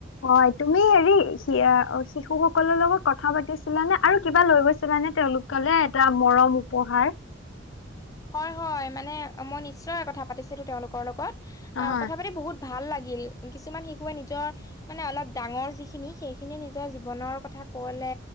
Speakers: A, on the left; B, on the left.
A: হয়, তুমি হেৰি আ শিশুসকলৰ লগত কথা পাতিছিলানে? আৰু কিবা লৈ গৈছিলানে তেওঁলোক কলে এটা মৰম উপহাৰ?
B: হয়, হয়। মানে মই নিশ্চয় কথা পাতিছিলো তেওঁলোকৰ লগত।
A: নহয়।
B: অ', কথা পাতি বহুত ভাল লাগিল। কিছুমান শিশুৱে নিজৰ মানে অলপ ডাঙৰ যিখিনি সেই খিনিয়ে নিজৰ জীৱনৰ কথা ক'লে।